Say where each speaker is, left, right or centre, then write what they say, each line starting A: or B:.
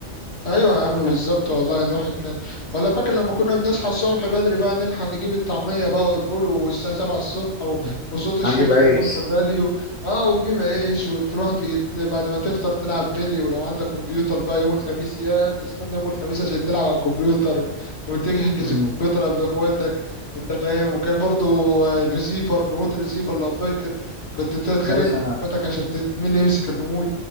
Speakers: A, on the left; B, on the left.
A: ايوه يا عم بالظبط والله الواحد كان ولا فاكر لما كنا بنصحى الصبح بدري بقى نلحق نجيب الطعميه بقى والفول والساعه 7 الصبح و...
B: <laughs>
A: وصوت الشيخ
B: عجب
A: شغال
B: عيش
A: في الراديو اه وتجيب عيش وتروح تيت... بعد ما تفطر تلعب بيلي ولو عندك كمبيوتر بقى يوم الخميس يا بتستنى يوم الخميس عشان تلعب على الكمبيوتر وتحجز
B: مم.
A: الكمبيوتر قبل اخواتك انت فاهم وكان برضو الريسيفر ريموت الريسيفر لو فاكر كنت تتخانق
B: يا باشا
A: انت واخواتك عشان ت- مين اللي يمسك الريموت